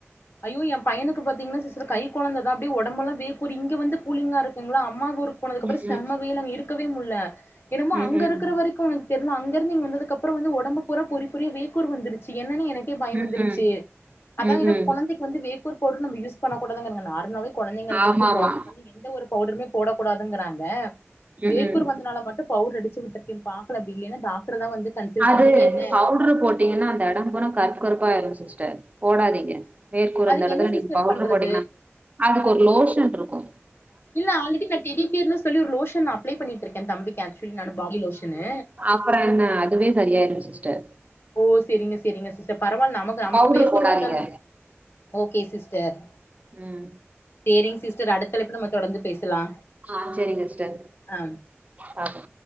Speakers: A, on the left (about 55°); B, on the right (about 30°).
A: ஐயோ என் பையனுக்கு பாத்தீங்கன்னா சிசர் கை கொழந்ததா அப்டி ஒடம்பல்லா வேகூர் இங்க வந்துப் கூலிங்கா இருக்குங்ளா அம்மா ஊருக் போனதுக்கப்று
B: ம்
A: செம்ம வெயிலு அங்க இருக்கவே முல்ல எனமோ அங்க
B: ம் ம்
A: இருக்குற
B: ம்
A: வரி கா உனக் தெர்ல அங்கருந்து இங்க வந்ததுக்கப்றோ வந்து ஒடம்பு பூரா பொரி பொரியா வேக்கூர் வந்துருச்சி என்னனே எனு ஏ பயம்
B: ம்
A: வந்துருச்சி
B: ம்
A: அதா
B: ம்
A: என
B: ம்
A: கொழந்தைக் கு வந்து வேக்கூர் பவ்ட்ர் நம்ம யூஸ் பண்ண கூடாதுனருங்கனா நார்மலாவே கொழந்தைங்களுக்கு
B: ஆமா
A: வந்து
B: ஆமா
A: பாடி வந்து என் எந்த ஒரு பவ்டருமே போடக்கூடாதுங்கறாங்க
B: ம்
A: வேக்கூர்
B: ம்
A: வந்தனால மட் கு பவுடர் அடிச்சு விட்டுருக்கே பாக்கல பில்யன தா வந்து கன்சல்ட்
B: அது
A: பண்ணி என்ன
B: பவுடரு போட்டீங்கன்னா அந்த எடம் பூரா கருப்பு கருப்பாய்ரும் சிஸ்டர் போடாதீங்க வேற்கூரு
A: அதுக்கு
B: அந்த் எடத்துல
A: என்ன
B: நீங்
A: சிஸ்டர்
B: பவுட்ரு
A: பண்றது
B: போட்டிங்கனா அதுக் ஒரு லோஷன் ருக்கு
A: இல்ல ஆல்ரெடி நான்டெடி பியர்ன்னு சொல்லி ஒரு லோஷன் நா அப்ளை பண்ணிட்ருக்கே தம்பிக்கு ஆக்சுவலி நானு பாடி லோஷன்னு
B: அப்பற என்ன அதுவே சரியாய்டுன் சிஸ்டர்
A: ஓ செரிங்க செரிங்க சிஸ்ட பரவால்ல நமக்கு அமக்கு
B: பவுடர்
A: வேக்கூர்
B: போடாதீங்க
A: வந்தாலும் ஓகே சிஸ்டர்
B: ம்
A: தேரிங் சிஸ்டர் அடுத்தழைப்புல நம்ம தொடர்ந்து பேசலா
B: ஆ ச்செரிங்கஸ்டர்
A: ஆ
B: பாப்போ